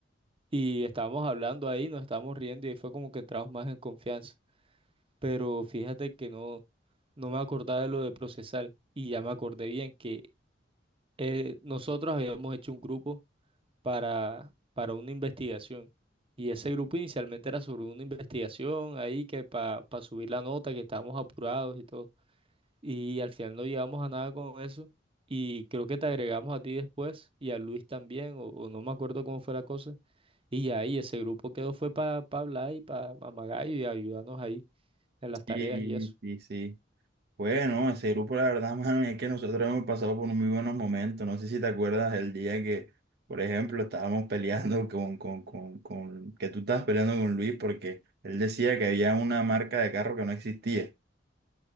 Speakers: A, on the right; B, on the right.
A: Y estábamos hablando ahí, nos estábamos riendo y ahí fue como que entramos más en confianza. Pero fíjate que no, no me acordaba de lo de procesar y ya me acordé bien que eh, nosotros habíamos hecho un grupo para, para una investigación. Y ese grupo inicialmente era sobre una investigación ahí que para subir la nota, que estábamos apurados y todo. Y al final no llegamos a nada con eso. Y creo que te agregamos a ti después y a Luis también, o, o no me acuerdo cómo fue la cosa. Y ya ahí ese grupo quedó fue para hablar y para Magayo y ayudarnos ahí en las tareas
B: sí,
A: y eso.
B: sí, sí. Bueno, ese grupo, la verdad, <laughs> mano, es que nosotros hemos pasado por muy buenos momentos. No sé si te acuerdas el día que, por ejemplo, estábamos peleando con, con, con, con, que tú estabas peleando con Luis porque él decía que había una marca de carro que no existía.